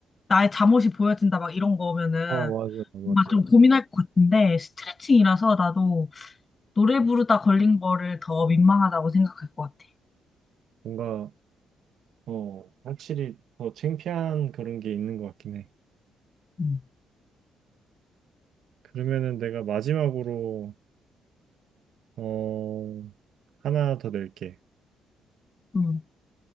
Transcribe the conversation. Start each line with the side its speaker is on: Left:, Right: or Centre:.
Left: 나의 잠옷이 보여진다, 막 이런 거면은
Right: 어, 맞아, 맞아.
Left: 뭔가 좀 고민할 것 같은데, 스트레칭이라서 나도 노래 부르다 걸린 거를 더 민망하다고 생각할 것 같아.
Right: 뭔가 어, 확실히 더 창피한 그런 게 있는 것 같긴 해.
Left: 음.
Right: 그러면은 내가 마지막으로 어, 하나 더 낼게.
Left: 음.